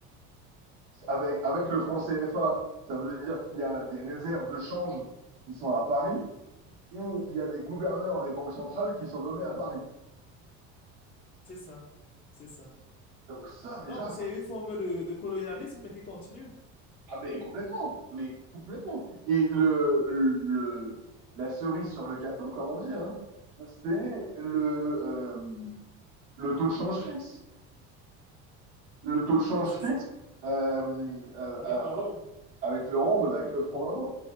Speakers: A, on the right (about 70°); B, on the left (about 25°).
A: avec, avec le franc CFA, ça veut dire qu'il y a des réserves de change qui sont à Paris et il y a des gouverneurs des banques centrales qui sont nommés à Paris.
B: c'est ça. C'est ça.
A: Donc ça, déjà,
B: Donc,
A: ça...
B: c'est une forme de, de colonialisme qui continue,
A: Ah, mais complètement, mais complètement. Et le, le, la cerise sur le gâteau, comme on dit, hein, c'est le, euh, le taux de change fixe. le taux de change
B: c'est
A: fixe
B: ça,
A: euh, euh,
B: avec
A: euh,
B: l'euro.
A: avec l'euro ou avec le franc
B: Oui.
A: avant.